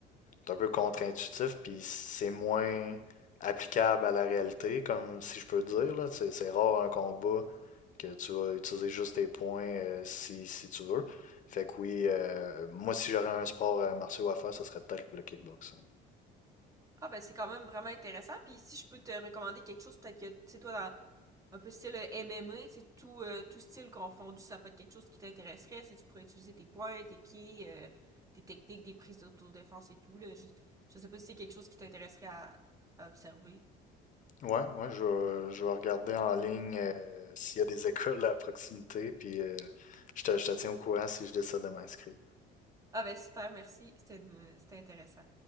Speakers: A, on the left (about 45°); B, on the right (about 20°).
A: c'est un peu contre-intuitif, puis c'est moins applicable à la réalité, comme si je peux dire, là. C'est c'est rare un combat que tu vas utiliser juste tes points euh, si, si tu veux. Fait que oui, euh, moi, si j'aurais un sport euh, martiaux à faire, ce serait peut-être le kickboxing.
B: Ah ben c'est quand même vraiment intéressant. Puis si je peux te recommander quelque chose, peut-être que tu sais toi dans un peu style euh, M MMA, tu sais, tout, euh, tout style confondu, ça pourrait être quelque chose qui t'intéresserait. Tu tu pourrais utiliser tes poings, tes pieds, euh, tes techniques, des prises d'autodéfense et tout. Là. Je, je sais pas si c'est quelque chose qui t'intéresserait à, à observer.
A: Ouais, ouais, je vais, je vais regarder en ligne euh, s'il y a des <laughs> écoles à proximité, puis euh, je te, je te tiens au courant si je décide de m'inscrire.
B: Ah ben super, merci. C'était euh, c'était intéressant.